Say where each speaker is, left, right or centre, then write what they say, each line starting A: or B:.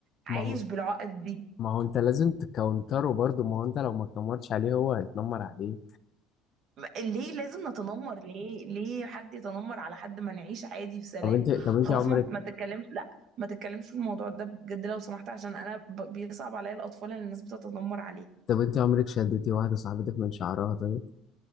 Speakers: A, on the right; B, on the left.
A: عايش
B: ما هو
A: بالعقد دي
B: ما هو انت لازم تكونتره برضه ما هو انت لو ما تنمرتش عليه هو هيتنمر عليه
A: ليه لازم نتنمر ليه ليه حد يتنمر على حد ما نعيش عادي في سلام
B: طب انت طب انت
A: خلاص
B: عمرك
A: ما ما تتكلمش لا ما تتكلمش في الموضوع ده بجد لو سمحت عشان انا ب- بيصعب عليا الاطفال اللي الناس بتتنمر عليه
B: طب انت عمرك شدتي واحده صاحبتك من شعرها طيب